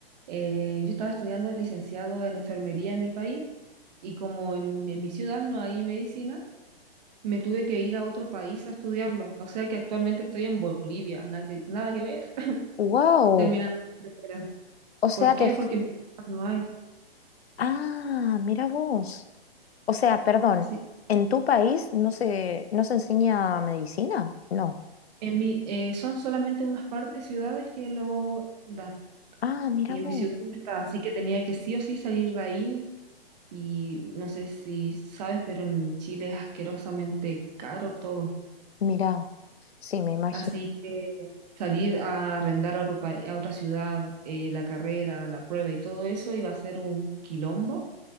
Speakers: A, on the right; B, on the left.
A: eh, yo estaba estudiando licenciado en enfermería en mi país y como en, en mi ciudad no hay medicina, me tuve que ir a otro país a estudiarlo. O sea que actualmente estoy en Bolivia, nada que, nada que ver, <laughs>
B: Wow,
A: terminando mi carrera.
B: o sea,
A: ¿Por qué?
B: te... fu-
A: Porque en mi ciudad no hay.
B: Ah, mira vos. O sea, perdón,
A: Así.
B: ¿en tu país no se, no se enseña medicina? No.
A: En mi, eh, son solamente unas par de ciudades que lo dan
B: Ah, mira
A: y
B: vos.
A: en mi ciudad no está, así que tenía que sí o sí salir de ahí Y no sé si sabes, pero en Chile es asquerosamente caro todo.
B: Mira, sí, me imagino,
A: Así que salir a arrendar a, otro pa- a otra ciudad, eh, la carrera, la prueba y todo eso iba a ser un quilombo.